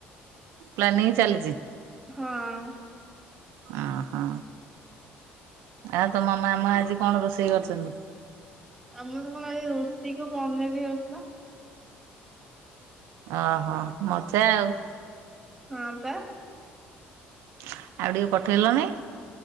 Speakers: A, on the right; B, in the centre.
A: ପ୍ଲାନିଂ ଚାଲିଚି,
B: ହଁ
A: ଓହୋ। ଆ ତମ ମାମା ଆଜି କଣ ରୋଷେଇ କରିଛନ୍ତି?
B: ଆମର କଣ ଆଜି ରୁଟି କୁ ପନିର ହେଉଥିଲା।
A: ଓହୋ ମଜା ଆଉ।
B: ହଁ ପା।
A: ଆଉ ଟିକେ ପଠେଇଲନି?